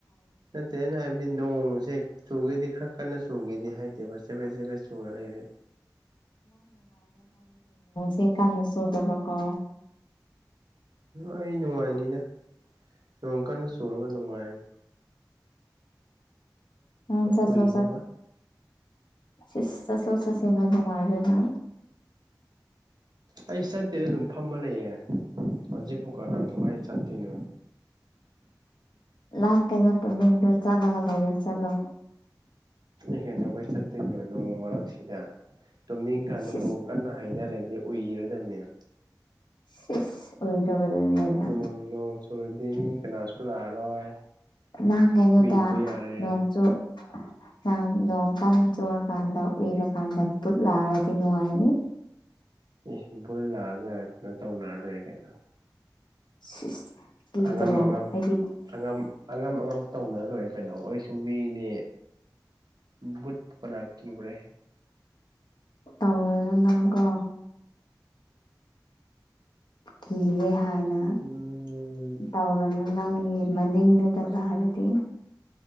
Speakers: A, on the right; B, on the left.
A: ꯅ ꯇꯅ ꯍꯥꯏꯕꯗꯤ ꯅꯣꯡꯁꯦ ꯇꯨꯒꯦꯛ ꯀꯟꯅ ꯁꯨꯈꯤꯦꯗꯤ ꯍꯥꯏꯗꯦꯕ ꯆꯦꯕꯦ ꯆꯦꯕꯦꯠ ꯁꯨꯔ ꯂꯩꯔꯦ
B: ꯆ ꯀꯃꯤ ꯁꯨꯔꯗꯕꯀ
A: ꯑꯩ ꯅꯨꯡꯉꯥꯏꯅꯤꯗ ꯅꯣꯡ ꯀꯟꯅ ꯁꯨꯔꯒ ꯅꯨꯡꯉꯥꯏ
B: ꯑ ꯆꯠꯁꯣ
A: ꯎꯏꯅꯕ
B: ꯆꯠꯁꯁꯣꯠ ꯆꯒꯗꯅꯨꯡ ꯃꯔꯕꯅ
A: ꯑꯩ ꯆꯠꯇꯦꯗ ꯑꯗꯨꯝ ꯐꯝꯃ ꯂꯩꯌꯦꯦ ꯍꯧꯖꯤꯛꯕꯨꯀꯥꯡ ꯀꯃꯥꯏꯅ ꯆꯞꯇꯤꯅ
B: ꯂꯥꯡ ꯀꯩꯅꯣ ꯇ ꯃꯤꯡꯗꯣ ꯆꯠꯂꯒ ꯂꯩꯌꯣ ꯆꯠꯂꯣ
A: ꯏ ꯍꯦꯟꯅ ꯑꯩꯣꯏ ꯆꯠꯇꯣꯏꯅꯦꯣ ꯅꯣꯡ ꯃꯔꯛꯁꯤꯗ ꯇꯨꯝꯅꯤꯡ ꯀꯥꯟꯗ
B: ꯁꯤꯁ
A: ꯅꯣꯡ ꯀꯟꯅ ꯍꯥꯏꯇꯥꯔꯦꯗꯤ ꯑꯣꯏꯒꯦꯔꯗꯕꯅꯤꯅ
B: ꯁꯤꯁ ꯑꯣꯏꯔꯕꯗꯨꯅꯦꯅ
A: ꯣꯡ ꯅꯣꯡ ꯆꯨꯨꯔꯗꯤ ꯃꯤ ꯀꯅꯥꯁꯨ ꯂꯥꯛꯑꯔꯣꯏ
B: ꯅꯍꯥꯟ ꯀꯩꯅꯣꯗ
A: ꯎꯏꯕ ꯌꯥꯔꯦ
B: ꯅꯣꯡꯁꯨꯨ ꯅ ꯅꯣꯡꯀꯥꯟꯗ ꯆꯨꯔꯀꯥꯟꯗ ꯎꯏꯔꯀꯥꯟꯗ ꯕꯨꯠ ꯂꯥꯛꯔꯗꯤ ꯅꯨꯡꯉꯥꯏꯅꯤ
A: ꯏ ꯕꯨꯜ ꯂꯥꯛꯑꯒ ꯀꯩꯅꯣ ꯇꯧꯅꯔ ꯂꯩꯣꯏꯔꯦ ꯀꯩꯅꯣ
B: ꯁꯤꯁ ꯀꯤꯗ꯭ꯔꯣ
A: ꯑꯉꯝ ꯑꯉꯝ
B: ꯑꯩꯗꯤ
A: ꯑꯉꯝ ꯑꯉꯝ ꯑꯉꯝ ꯇꯧꯅ ꯂꯣꯏꯔꯦ ꯀꯩꯅꯣ ꯑꯩꯁꯨꯨꯝ ꯃꯤꯅꯦ ꯙ ꯄꯅꯥ ꯀ꯭ꯕꯔꯦ
B: ꯇꯧꯔꯗꯅ ꯀꯣ ꯀꯤꯒꯦ ꯍꯥꯏꯅ
A: ꯎꯝ
B: ꯇꯧꯔꯅꯨ ꯅꯪ ꯃꯅꯤꯗꯨꯗꯂ ꯍꯥꯏꯔꯗꯤ